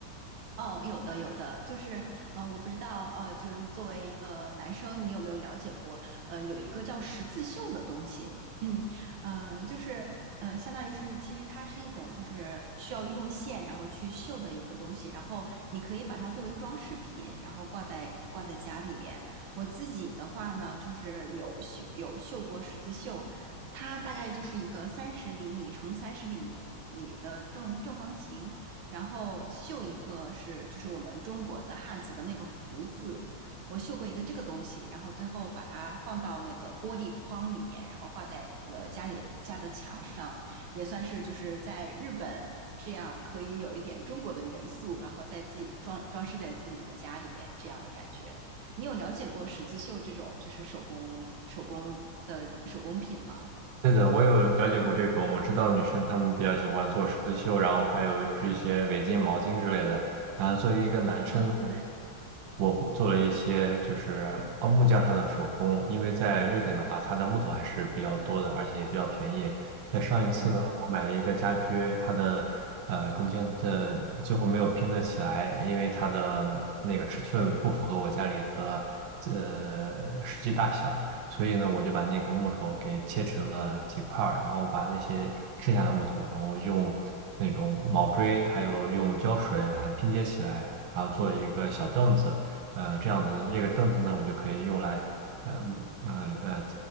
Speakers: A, on the right; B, on the right.
A: 哦，有的有的，就是呃，我不知道呃，就是作为一个男生，你有没有了解过？呃，有一个叫十字绣的东西，嗯，呃，就是呃，相当于是其实它是一种就是需要用线然后去绣的一个东西，然后你可以把它作为装饰品，然后挂在挂在家里面。我自己的话呢，就是有绣有绣过十字绣，它大概就是一个三十厘米乘三十厘米的正正方形。然后绣一个是就是我们中国的汉字的那个福字，我绣过一个这个东西，然后最后把它放到那个玻璃框里面，然后挂在了家里家的墙上，也算是就是在日本这样可以有一点中国的元素，然后在自己装装饰在自己的家里面这样的感觉。你有了解过十字绣这种就是手工手工的手工品吗？
B: 对的，我有了解过这种，我知道女生她们比较喜欢做十字绣，然后还有织一些围巾、毛巾之类的。啊，作为一个男生。
A: 嗯，对，
B: 我做了一些就是哦木匠上的手工，因为在瑞典的话，它的木头还是比较多的，而且也比较便宜。在上一次呢，
A: 嗯
B: 我买了一个家居，它的呃中间的最后没有拼得起来，因为它的那个尺寸不符合我家里的呃实际大小，所以呢，我就把那个木头给切成了几块儿，然后把那些剩下的木头，然后用那种铆锥还有用胶水把它拼接起来，然后做了一个小凳子。呃，这样子，那个凳子呢，我就可以用来，嗯啊呃呃